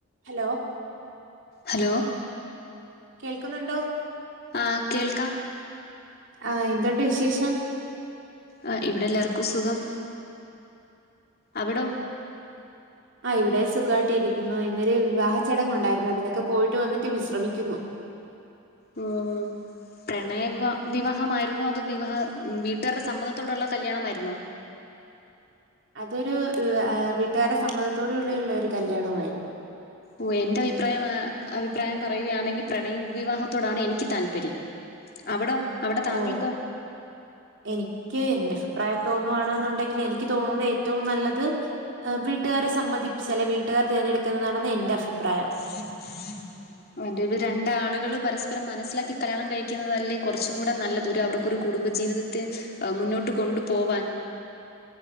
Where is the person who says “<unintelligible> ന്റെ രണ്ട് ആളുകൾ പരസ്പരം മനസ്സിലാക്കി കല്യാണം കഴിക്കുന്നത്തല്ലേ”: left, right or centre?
Left